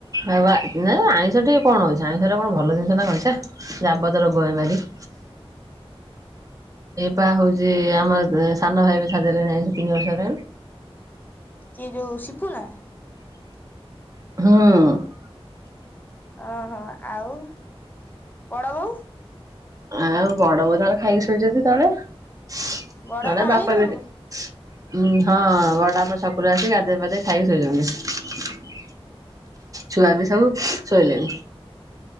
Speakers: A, on the right; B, on the left.
A: ଆ ବା ନାଇ ଆଇଁଷ ଠୀ କଣ ଅଛି ଆଇଁଷ ଟା କଣ ଭଲ ଜିନିଷ ନା କଣ ଛ। ଯାବତ୍ୟ ରୋଗ ବେମାରି। ଏ ପା ହୋଉଚି ଆମ ସାନ ଭାଇ ବି ଛାଡ଼ି ଦେଲାଣି ତିନି ବର୍ଷ ହେଲାଣି।
B: କି ଯୋଉ ସିପୁୁ ନା?
A: ହଁ।
B: ଓହୋ ଆଉ ବଡ ବୋଉ?
A: ଆ ବଡ ବୋଉ ତାଙ୍କର ଖାଇକି ଶୋଇଚନ୍ତି ତଳେ ନହେଲେ
B: ବଡ ଆଇଲେଣି
A: ବାପା
B: ସବୁଠୁ
A: ବି ଉ ହଁ ବଡାଆପା ଛକୁରୁ ଆସି ଗାଧୋଇ ପାଧେଇ ଖାଇକି ଶୋଇଚନ୍ତି। ଛୁଆ ବି ସବୁ ଶୋଇଲେଣି।